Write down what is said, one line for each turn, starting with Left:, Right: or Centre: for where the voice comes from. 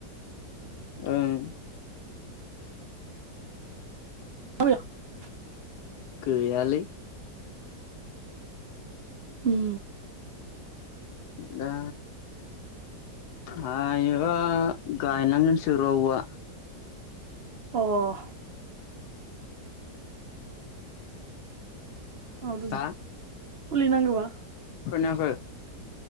Left: ओं
Right: <unintelligible>
Left: गैयालै
Right: <inaudible> उम
Left: दा हायोबा गायनांगोनसो र औवा
Right: अह औ दोङो
Left: हा
Right: फुलि नांगौबा
Left: खोनायाखै